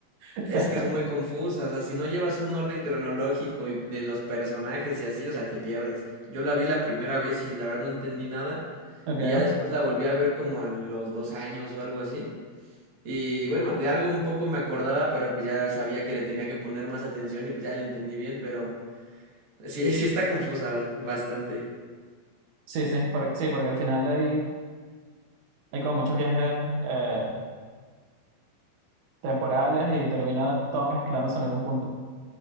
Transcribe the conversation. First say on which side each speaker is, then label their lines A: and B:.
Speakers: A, on the right (about 80°); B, on the right (about 55°).
A: <laughs>
B: Es
A: Pero,
B: que es muy confusa. O sea, si no llevas un orden cronológico y de los personajes y así, o sea, te pierdes. Yo la vi la primera vez y la verdad no entendí nada.
A: ok.
B: Y ya después la volví a ver como a los dos años o algo así. Y bueno, de algo un poco me acordaba, pero pues ya sabía que le tenía que poner más atención y pues ya le entendí bien, pero sí, <laughs> sí está confusa bastante.
A: Sí, sí, por- sí, porque al final hay, hay como muchos viajes. eh, temporales y termina todo mezclándose en algún punto.